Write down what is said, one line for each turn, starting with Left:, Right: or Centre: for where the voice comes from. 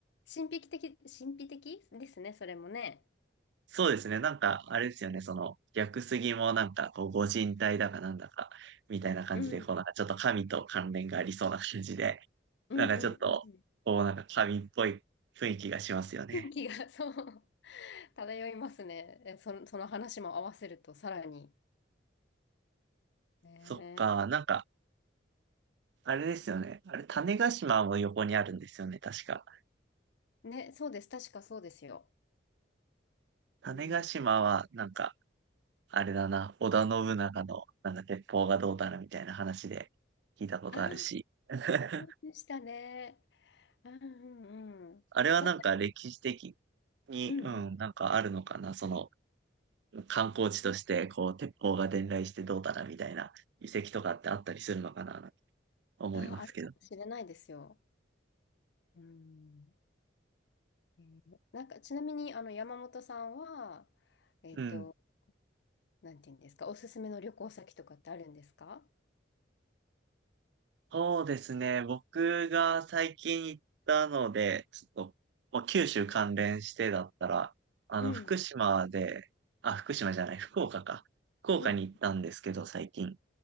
Left: 神秘的、神秘的ですね、それもね。
Right: そうですね。なんか、あれですよね。その、屋久杉もなんか、こう、ご神体だかなんだか、みたいな感じで、
Left: うん、
Right: こう、なんかちょっと神と関連がありそうな感じで、
Left: うん、
Right: なんかちょっと、
Left: うん、うん。
Right: こうなんか神っぽい雰囲気がしますよね。
Left: 雰囲気が、<laughs> そう、漂いますね。え、その、その話も合わせると、さらに。ね
Right: そっか、なんか、あれですよね。あれ、種子島も横にあるんですよね、確か。
Left: え、ね、そうです。確かそうですよ。
Right: 種子島は、
Left: うん。
Right: なんか、あれだな、織田信長の、なんか鉄砲がどうだなみたいな話で聞いたことあるし。
Left: ああ、
Right: <laughs>
Left: そうでしたね。うんうんうん。
Right: あれはなんか歴史的
Left: 私、
Right: に、
Left: うんうん。
Right: うん、なんかあるのかな、その観光地として、こう、鉄砲が伝来してどうだなみたいな遺跡とかってあったりするのかな、思いますけど。
Left: ああ、あるかもしれないですよ。うん。えーなんか、ちなみに、あの、山本さんは、えっと、
Right: うん。
Left: なんていうんですか、おすすめの旅行先とかってあるんですか
Right: そうですね。僕が最近行ったので、ちょっと、まあ、九州関連してだったら、あの、
Left: うん、
Right: 福島で、あ、福島じゃない、福岡か。福岡に行ったんですけど、
Left: うん、
Right: 最近。